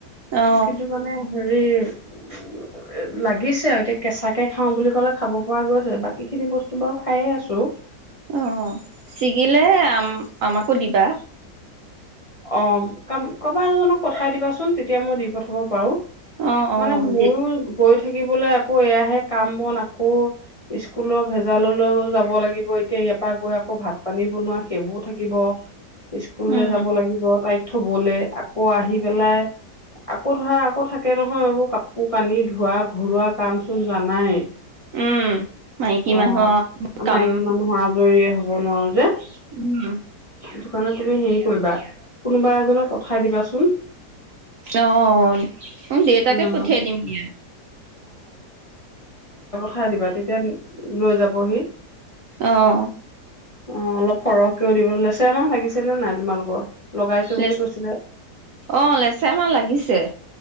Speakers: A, on the right; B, on the left.
A: অ
B: কিন্তু মানে হেৰি উম, লাগিছে আৰু এতিয়া কেঁচাকে খাওঁ বুলি ক'লে খাব পৰা গৈছে বাকী খিনি বস্তু বাৰু খায়ে আছো।
A: অ ছিগিলে আম আমাকো দিবা।
B: অ', কম ক'বা এজনক পঠাই দিবাচোন তেতিয়া মই দি পঠাব পাৰোঁ।
A: অ অ
B: মানে মোৰ
A: দি
B: গৈ থ থাকিবলৈ আকৌ এয়াহে কাম-বন আকৌ স্কুলৰ ভেজাললৈও যাব লাগিব এতিয়া ইয়াৰ পৰা গৈ আকৌ ভাত পানী বনোৱা সেইবোৰ থাকিব। স্কুললৈ
A: উম
B: যাব লাগিব। তাইক থ'বলে আকৌ আহি পেলাই আকৌ ধৰা আকৌ থাকে নহয় এইবোৰ কাপোৰ কানি ধোৱা ঘৰুা কাম চোন জানাই।
A: উম, মাইকী
B: অ'
A: মানুহৰ কাম
B: মাইকী মানুহ আজৰিয়ে যে
A: উম
B: দোকানত তুমি হেৰি কৰিবা কোনোবা এজনক পঠাই দিবাচোন।
A: অ', ম দেউতাকে
B: অ'
A: পঠিয়াই দিম দিয়া।
B: উঠাই দিবা তেতিয়া লৈ যাবহি।
A: অহ।
B: অ', অলপ সৰহকে <unintelligible> মাহ লাগিছে নে নাই তোমালোকৰ? লগাইছো বুলি
A: লেচ
B: কৈছিলে
A: অ', লেচেৰা আমাৰ লাগিছে।